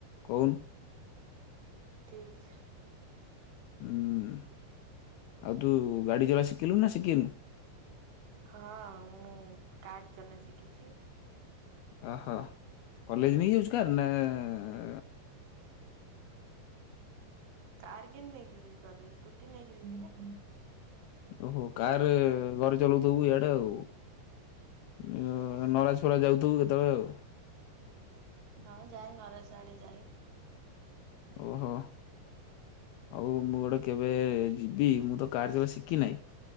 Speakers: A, on the left (about 75°); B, on the right (about 70°).
A: କହୁନୁ?
B: ଠିକ।
A: ହୁଁ ଆଉ ତୁ ଗାଡି ଚଲା ଶିଖିଲୁ ନା ଶିଖିନୁ?
B: ହଁ ମୁଁ କାର୍ ଚଲା ଶିଖିଚି।
A: ଓହୋ କଲେଜ ନେଇକି ଯାଉଛୁ କାର ନା ଆ।
B: କାର କେନ ନେଇକି ଯିବି କଲେଜ ସ୍କୁଟି ନେଇକି ଯିବି ନା।
A: ଓହୋ କାର ଘରେ ଚଲଉଥିବୁ ଇଆଡେ ଆଉ। ଉଁ
B: ହଁ
A: ନରାଜ ଫରାଜ ଯାଉଥିବୁ କେତେବେଳେ ଆଉ।
B: ହଁ ଯାଏ ନରାଜ ଆଡେ ଯାଏ।
A: ଓହୋ। ଆଉ ମୁଁ ଗୋଟେ କେବେ ଯିବି, ମୁଁ ତ କାର୍ ଚଲା ଶିଖି ନାହିଁ।